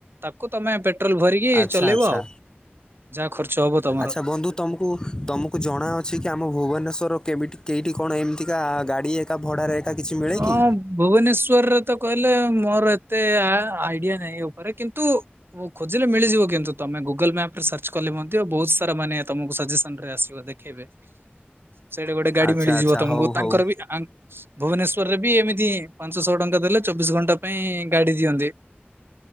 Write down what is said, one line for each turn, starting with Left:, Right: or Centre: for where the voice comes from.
Right: ତାକୁ ତମେ ପେ ପେଟ୍ରୋଲ ଭରିକି
Left: ଆଚ୍ଛା
Right: ଚଲେଇବ
Left: ଆଚ୍ଛା
Right: ଆଉ। ଯାହା ଖର୍ଚ୍ଚ ହବ ତମର।
Left: ଆଚ୍ଛା ବନ୍ଧୁ ତମକୁ, ତମକୁ ଜଣାଅଛି କି ଆମ ଭୁବନେଶ୍ୱର କେ, କେହିଠି କଣ, କେମିତିକା ଗାଡ଼ି ଏକା ଭଡ଼ାରେ, ଏକା କିଛି ମିଳେ
Right: ହଁ।
Left: କି
Right: ଭୁବନେଶ୍ଵରରେ ତ କହିଲେ, ମୋର ଏତେ ଆ ଆଇଡିଆ ନାହିଁ। ଉପରେ କିନ୍ତୁ, ହୋ ଖୁଜିଲେ ମିଳିଯିବ। କିନ୍ତୁ ତମେ ଗୁ ଗୁଗଲ ମ୍ୟାପରେ ସର୍ଚ୍ଚ କଲେ ମଧ୍ୟ, ବହୁତ ସାରା ମାନେ ତମକୁ ସଜେସନରେ ଆସିବ। ଦେଖେଇବେ ସେଇଟି ଗୋଟେ ଗାଡି
Left: ଆଚ୍ଛା
Right: ମିଳିଯିବ
Left: ଆଚ୍ଛା
Right: ତମକୁ।
Left: ହଉ
Right: ତାଙ୍କର
Left: ହଉ
Right: ବି ଭୁବନେଶ୍ଵରରେ ବି ଏମିତି, ପାଞ୍ଚଶହ ଟଙ୍କା ଦେଲେ, ଚବିଶ ଘଣ୍ଟା ପାଇଁ ଗାଡି ଦିଅନ୍ତି।